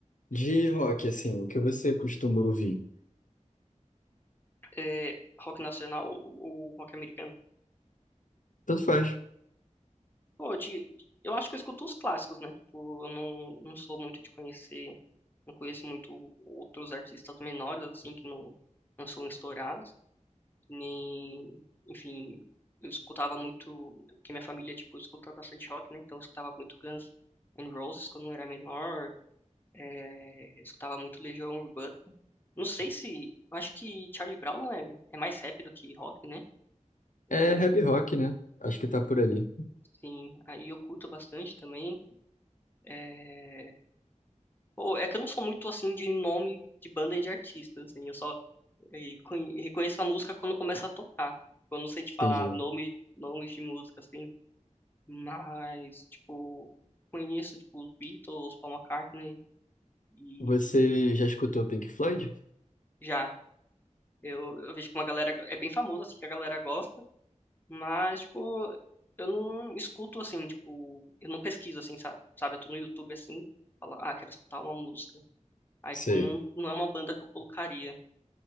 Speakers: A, on the left (about 90°); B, on the left (about 15°).
A: de rock, assim, o que você costuma ouvir?
B: é, rock nacional ou, ou rock americano?
A: Tanto faz.
B: Pô, de, eu acho que eu escuto os clássicos, né? Tipo, eu não, não sou muito de conhecer, não conheço muito outros artistas menores, assim, que não, não são estourados, nem, enfim. Eu escutava muito, porque minha família, tipo, escuta bastante rock, né? Então eu escutava muito Guns N' Roses quando eu era menor, É, eu escutava muito Legião Urbana. Não sei se. Eu acho que Charlie Brown não é, é mais rap do que rock, né?
A: É
B: É,
A: rap rock, né? Acho que tá por ali.
B: sim, aí eu curto bastante também. É, pô, é que eu não sou muito assim de nome de banda e de artista, assim. Eu só eh, conhe- reconheço a música quando começa a tocar. Eu não sei te falar
A: Entendi.
B: nome, nomes de música, assim. Mas, tipo, conheço tipo, os Beatles, Paul McCartney e
A: Você já escutou Pink Floyd?
B: já. Eu, eu vejo que uma galera é bem famosa, assim, que a galera gosta. Mas, tipo, eu não escuto assim, tipo, eu não pesquiso assim, sa- sabe? Eu tô no YouTube assim, falo, ah, quero escutar uma música. Aí,
A: Sei,
B: tipo, não, não é uma banda que eu colocaria.